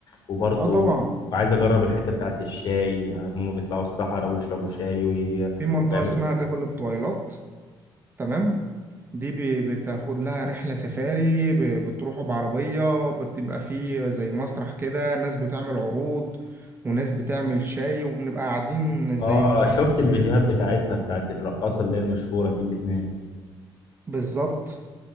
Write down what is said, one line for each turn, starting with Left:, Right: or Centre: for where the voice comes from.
Left: وبرضه
Right: اه طبعا
Left: عايز اجرب الحته بتاعت الشاي يعني هما بيطلعوا الصحراء ويشربوا شاي وي-
Right: في منطقه
Left: ويعملوا
Right: اسمها
Left: تمرين
Right: جبل الطويلات تمام دي بي- بتاخد لها رحله سفاري ب- بتروحوا بعربيه بتبقى فيه زي مسرح كده ناس بتعمل عروض وناس بتعمل شاي وبنبقى قاعدين زي
Left: اه
Right: نظام
Left: شفت الفيديوهات
Right: ايام
Left: بتاعتها بتاعت الرقاصه اللي هي المشهوره دي اللي هناك
Right: بالظبط